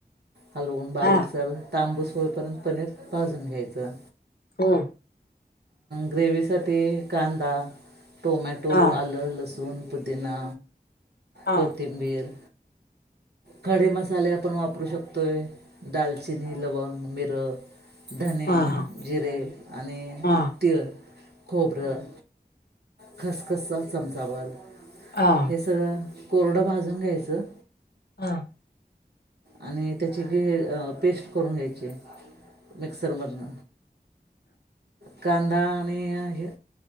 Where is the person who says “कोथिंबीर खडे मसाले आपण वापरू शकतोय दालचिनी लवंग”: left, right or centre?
Right